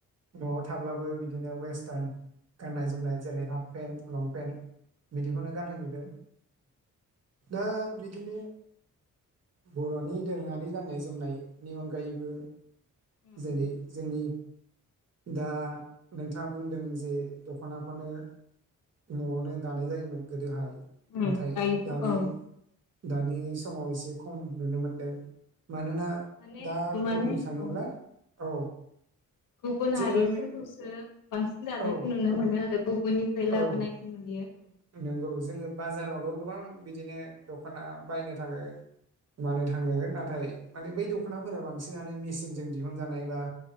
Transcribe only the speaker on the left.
उम
उम
उम
दायोथ'
औ
माने
माने
औ
गुबुन
हारिफोरखौसो
बांसिन जानायखौ
नुनो मोनो आरो गुबुननिफ्राय लाबोनायखौ
नुयो। औ